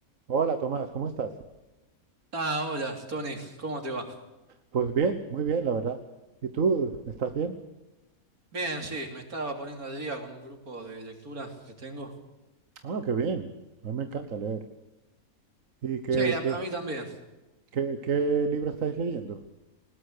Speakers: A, on the right (about 65°); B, on the right (about 80°).
A: Hola Tomás, ¿cómo estás?
B: Ah, hola, Tony, ¿cómo te va?
A: Pues bien, muy bien, la verdad. ¿Y tú, estás bien?
B: Bien, sí, me estaba poniendo al día con un grupo de lectura que tengo.
A: Ah, qué bien. A mí me encanta leer. ¿Y qué,
B: Sí, a, a
A: qué,
B: mí también.
A: qué, qué libro estáis leyendo?